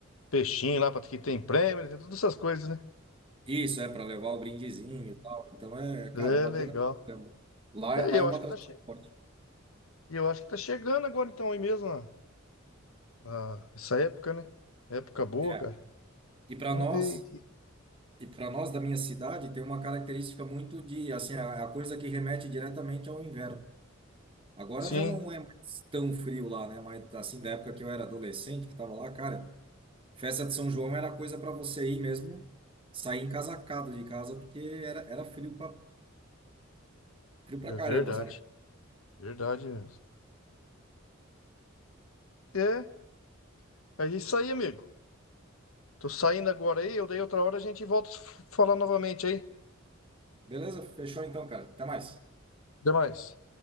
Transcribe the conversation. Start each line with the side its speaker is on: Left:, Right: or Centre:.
Left: peixinho lá, para que tem prêmio, né? tem todas essas coisas, né?
Right: Isso, é para levar o brindezinho e tal. Então é, cara,
Left: É
Right: é bacana
Left: legal.
Right: pra caramba. Lá,
Left: É,
Right: é, lá
Left: eu
Right: é uma
Left: acho
Right: tradição
Left: que tá che...
Right: forte.
Left: eu acho que tá chegando agora então aí mesmo, ó, a- essa época, né? Época boa,
Right: É.
Left: cara.
Right: E para
Left: Vamos
Right: nós.
Left: ver aqui.
Right: E para nós da minha cidade tem uma característica muito de, assim, é a, é a coisa que remete diretamente ao inverno. Agora
Left: Sim,
Right: já não é mais tão frio lá, né? Mas assim, da época que eu era adolescente, que estava lá, cara, festa de São João era coisa para você ir mesmo, sair encasacado de casa, porque era, era frio para frio para
Left: é verdade.
Right: caramba, sabe?
Left: Verdade mesmo. É, é isso aí, amigo. Tô saindo agora aí, eu daí outra hora a gente volta a f- falar novamente aí.
Right: Beleza? Fechou então, cara. Até mais.
Left: Até mais.